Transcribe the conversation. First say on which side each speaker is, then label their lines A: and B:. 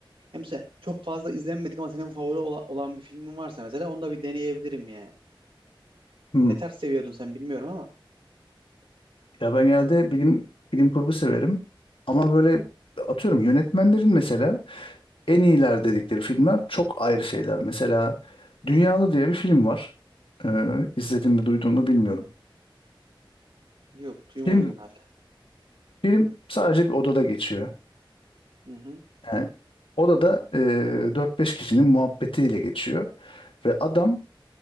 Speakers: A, on the right; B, on the left.
A: hem mesela çok fazla izlenmedik ama senin favori ola- olan bir filmin varsa mesela onu da bir deneyebilirim yani.
B: Hmm.
A: Ne tarz seviyordun sen bilmiyorum ama.
B: Ya ben genelde bilim bilim kurgu severim. Ama böyle atıyorum yönetmenlerin mesela en iyiler dedikleri filmler çok ayrı şeyler. Mesela Dünyalı diye bir film var. Ee, izledim mi duydun mu bilmiyorum.
A: Yok duymadım
B: Film
A: herhalde.
B: film sadece bir odada geçiyor.
A: Hı hı.
B: Yani odada e, 4-5 kişinin muhabbetiyle geçiyor. Ve adam